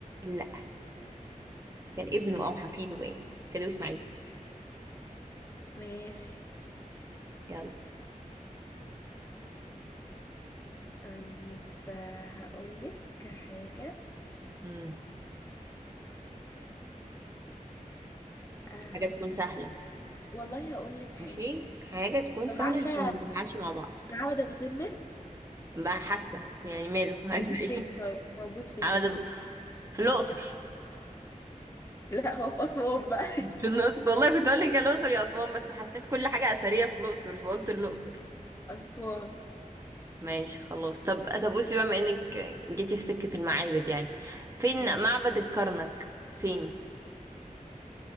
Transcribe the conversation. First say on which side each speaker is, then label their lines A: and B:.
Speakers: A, on the right; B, on the left.
A: لا كان
B: مش
A: ابنه
B: فاكره
A: أو حفيده باين خديوي إسماعيل
B: ماشي
A: يلا
B: طيب آه، هقولك حاجة
A: مم.
B: أم...
A: حاجة تكون سهلة
B: والله هقولك حاجة
A: ماشي حاجة تكون
B: طب
A: سهلة
B: عارفة
A: عشان ما نزعلش مع بعض
B: معبد أبو سمبل
A: بقى حاسة يعني ماله <laughs>
B: موجود
A: عايزة ايه
B: فين طيب موجود فين
A: عاوزة أبقى- في الأقصر
B: لا هو في أسوان بقى
A: في الأقصر والله كنت أقول لك يا الأقصر يا أسوان بس حسيت كل حاجة أثرية في الأقصر فقلت الأقصر
B: <laughs> أسوان
A: ماشي خلاص طب طب بصي بقى بما إنك جيتي في سكة المعابد يعني فين
B: ماشي
A: معبد الكرنك فين